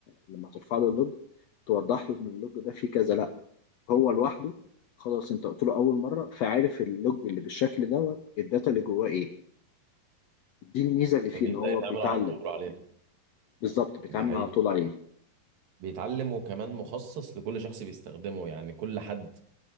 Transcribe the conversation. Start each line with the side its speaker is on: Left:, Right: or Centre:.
Left: لما ترفع له اللوج توضح له ان اللوج ده فيه كذا لا هو لوحده خلاص انت قلت له اول مره فعارف اللوج اللي بالشكل دوت الداتا اللي جواه ايه دي الميزه اللي
Right: فبيبدا
Left: فيه ان هو
Right: يتعمل
Left: بيتعلم
Right: على طول عليه
Left: بالظبط بيتعامل
Right: دي حقيقه
Left: على طول عليه
Right: بيتعلم وكمان مخصص لكل شخص بيستخدمه يعني كل حد